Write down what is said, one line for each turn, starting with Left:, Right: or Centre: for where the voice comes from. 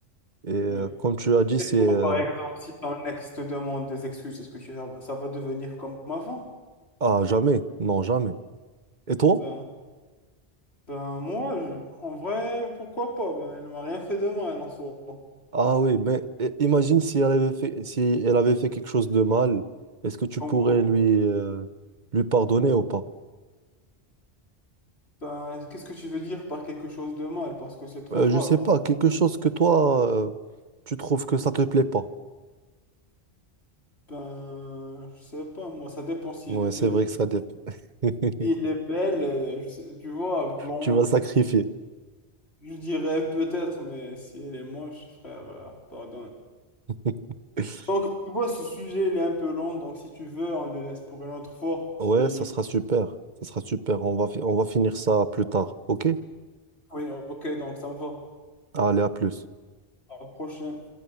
Right: Et euh,
Left: Oui.
Right: comme tu as dit,
Left: Et
Right: c'est
Left: toi,
Right: euh,
Left: par exemple, si ton ex te demande des excuses, est-ce que tu, ça va devenir comme avant?
Right: ah jamais, non jamais. Et toi?
Left: Ben, ben moi, je- en vrai, pourquoi pas? Ben, elle m'a rien fait de mal en soi.
Right: Ah oui, mais euh, imagine si elle avait fait, si elle avait fait quelque chose de mal, est-ce que tu
Left: En
Right: pourrais lui euh, lui pardonner ou pas?
Left: Ben, qu'est-ce que tu veux dire par quelque chose de mal? Parce que c'est trop
Right: Euh,
Left: vague.
Right: je sais pas, quelque chose que toi euh, tu trouves que ça te plaît pas.
Left: Ben, je sais pas, moi, ça dépend si
Right: Ouais,
Left: elle est belle
Right: c'est vrai
Left: ou
Right: que ça dépend. <laughs>
Left: si elle est belle, et je sais- tu vois, blonde,
Right: Tu vas sacrifier.
Left: je dirais peut-être, mais si elle est moche, frère, euh, pardonne.
Right: <laughs>
Left: Donc, tu vois, ce sujet, il est un peu long, donc si tu veux, on le laisse pour une autre fois, si
Right: Ouais,
Left: t'es libre.
Right: ça sera super, ça sera super. On va fi- on va finir ça plus tard, ok?
Left: Oui, ok, donc ça me va.
Right: Allez, à plus.
Left: À la prochaine.